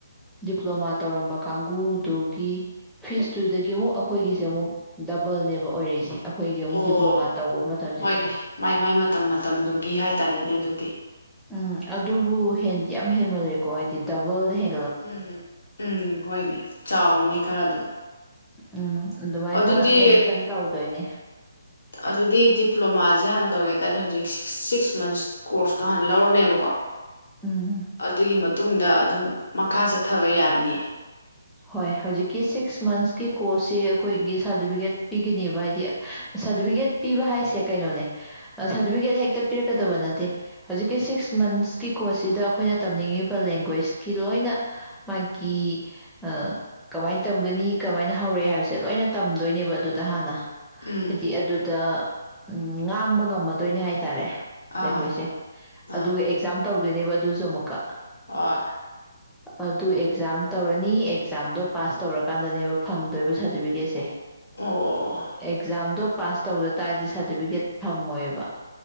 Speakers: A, in the centre; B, on the left (about 60°).
A: ꯗꯤꯄ꯭ꯂꯣꯃꯥ ꯇꯧꯔꯝꯕ ꯀꯥꯡꯕꯨꯗꯨꯒꯤ ꯐꯤꯁꯇꯨꯗꯒꯤ ꯑꯃꯨꯛ ꯑꯩꯈꯣꯏꯒꯤ ꯁꯤꯦ ꯑꯃꯨꯛ ꯗꯕꯜꯅꯦꯕ ꯑꯣꯏꯔꯛꯏꯁꯦ ꯑꯩꯈꯣꯏꯒꯤ ꯑꯃꯨꯛ
B: ꯑꯣ
A: ꯗꯤꯄ꯭ꯂꯣꯃꯥ ꯇꯧꯕ ꯃꯇꯝꯁꯤꯗ
B: ꯍꯣꯏꯅꯦ ꯃꯥꯏ ꯃꯥꯏ ꯃꯇꯝ ꯃꯇꯝꯗꯨꯒꯤ ꯍꯥꯏꯇꯥꯔꯦꯅꯦ ꯑꯗꯨꯗꯤ
A: ꯎꯝ ꯑꯗꯨꯕꯨ ꯍꯦꯟꯗꯤ ꯌꯥꯝ ꯍꯦꯟꯃꯜꯂꯦꯀꯣ ꯍꯥꯏꯗꯤ ꯗꯕꯜꯗ ꯍ
B: ꯎꯝ ꯎꯝ ꯍꯣꯏꯅꯦ ꯆꯥꯎꯋꯅꯦ ꯈꯔ ꯑꯗꯨꯝ
A: ꯎꯝ ꯑꯗꯨꯃꯥꯏꯅ
B: ꯑꯗꯨꯗꯤ
A: ꯑꯦꯠꯃꯤꯁꯟ ꯇꯧꯗꯣꯏꯅꯦ
B: ꯑꯗꯨꯗꯤ ꯗꯤꯄ꯭ꯂꯣꯃꯥꯁꯦ ꯍꯥꯟꯅ ꯇꯧꯒꯦ ꯍꯥꯏ ꯇꯔꯗꯤ ꯍꯧꯖꯤꯛ ꯁꯤꯛꯁ ꯃꯟꯁꯀꯤ ꯀꯣꯔꯁꯇꯣ ꯍꯥꯟꯅ ꯂꯧꯔꯅꯦꯕꯀꯣ
A: ꯎꯝ
B: ꯑꯗꯨꯒꯤ ꯃꯇꯨꯡꯗ ꯑꯗꯨꯝ ꯃꯈꯥ ꯆꯠꯊꯕ ꯌꯥꯔꯅꯤꯌꯦ
A: ꯍꯣꯏ ꯍꯧꯖꯤꯛꯀꯤ ꯁꯤꯛꯁ ꯃꯟꯁꯀꯤ ꯀꯣꯔꯁꯁꯦ ꯑꯩꯈꯣꯏꯒꯤ ꯁꯥꯔꯇꯤꯐꯤꯀꯦꯠ ꯄꯤꯒꯅꯦꯕ ꯍꯥꯏꯗꯤ ꯁꯥꯔꯇꯤꯐꯤꯀꯦꯠ ꯄꯤꯕ ꯍꯥꯏꯁꯦ ꯀꯩꯅꯣꯅꯦ ꯁꯥꯔꯇꯤꯐꯤꯀꯦꯠ ꯍꯦꯛꯇ ꯄꯤꯔꯛꯀꯗꯕ ꯅꯠꯇꯦ ꯍꯧꯖꯤꯛꯀꯤ ꯁꯤꯛꯁ ꯃꯟꯁꯀꯤ ꯀꯣꯔꯁꯁꯤꯗ ꯑꯩꯈꯣꯏꯅ ꯇꯝꯅꯤꯡꯉꯤꯕ ꯂꯦꯡꯒ꯭ꯋꯦꯁꯀꯤ ꯂꯣꯏꯅ ꯃꯥꯒꯤ ꯑꯥ ꯀꯃꯥꯏꯅ ꯇꯝꯒꯅꯤ ꯀꯃꯥꯏꯅ ꯍꯧꯔꯛꯑꯦ ꯍꯥꯏꯕꯁꯦ ꯂꯣꯏꯅ ꯇꯝꯗꯣꯏꯅꯦꯕ ꯑꯗꯨꯗ ꯍꯥꯟꯅ
B: ꯎꯝ
A: ꯍꯥꯏꯗꯤ ꯑꯗꯨꯗ ꯎꯝ ꯉꯥꯡꯕ ꯉꯝꯃꯗꯣꯏꯅꯦ ꯍꯥꯏꯇꯥꯔꯦ
B: ꯑꯥ
A: ꯂꯦꯡꯒ꯭ꯋꯦꯖꯁꯦ
B: ꯑꯥ
A: ꯑꯗꯨꯒ ꯑꯦꯛꯖꯥꯝ ꯇꯧ ꯅꯦꯕꯨꯁꯨꯃꯨꯀꯥ
B: ꯑ
A: ꯑꯗꯨ ꯑꯦꯛꯖꯥꯝ ꯇꯧꯔꯅꯤ ꯑꯦꯛꯖꯥꯝꯗꯣ ꯄꯥꯁ ꯇꯧꯔꯀꯥꯟꯗꯅꯦꯕ ꯐꯪꯗꯣꯏꯕ ꯁꯥꯔꯇꯤꯐꯤꯀꯦꯠꯁꯦ ꯑꯦꯒꯖꯝꯗ
B: ꯑꯣ
A: ꯄꯥꯁ ꯇꯧꯗ ꯇꯥꯔꯗꯤ ꯁꯥꯔꯇꯤꯐꯤꯀꯦꯠ ꯐꯪꯉꯣꯏꯕ